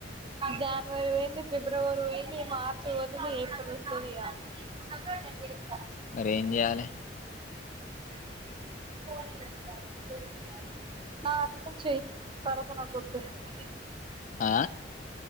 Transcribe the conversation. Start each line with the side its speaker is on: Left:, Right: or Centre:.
Right: జాన్వరి పోయింది ఫిబ్రవరి పోయింది మార్చ్ పోతుంది ఏప్ సరే సరి ఇగ తీస్కున్నంత నేన్ వేస్తా
Left: మరి ఏం చేయాలి
Right: నీ ఫోన్ ఇయ్యిర ఒకసారి నా దాంట్ల నుంచి చేయ్ పరపున కొట్టు పన్లే
Left: ఆ